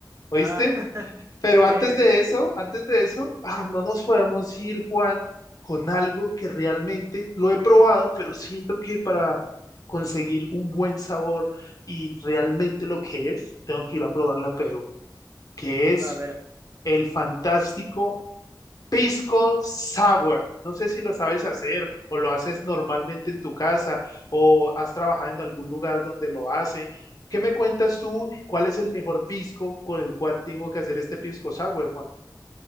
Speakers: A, on the left; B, on the right.
A: ¿oíste?
B: Ah, <laughs>
A: Pero antes
B: sí,
A: de
B: sí,
A: eso,
B: sí.
A: antes de eso, ah, no nos podemos ir, Juan, con algo que realmente lo he probado, pero siento que para conseguir un buen sabor y realmente lo que es, tengo que ir a probarla a Perú. que es
B: A ver.
A: el fantástico pisco sour. No sé si lo sabes
B: mm,
A: hacer o lo haces normalmente en tu casa o has trabajado en algún lugar donde lo hacen. ¿Qué me cuentas tú? ¿Cuál es el mejor pisco con el cual tengo que hacer este pisco sour, Juan?